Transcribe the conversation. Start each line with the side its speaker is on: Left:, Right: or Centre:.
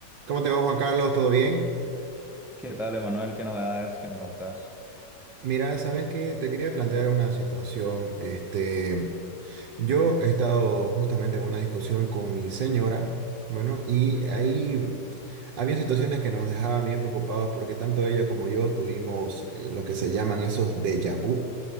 Right: ¿Cómo te va, Juan Carlos? ¿Todo bien?
Centre: ¿Qué tal, Emanuel? ¿Qué novedades que me contás?
Right: Mira, sabes que te quería plantear una situación. Este, yo he estado justamente en una discusión con mi señora, bueno, y ahí había situaciones que nos dejaban bien preocupados porque tanto ella como yo tuvimos eh, lo que se llaman esos déjà vu.